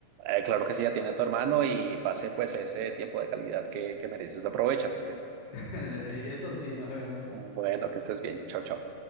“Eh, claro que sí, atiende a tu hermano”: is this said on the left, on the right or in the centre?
Right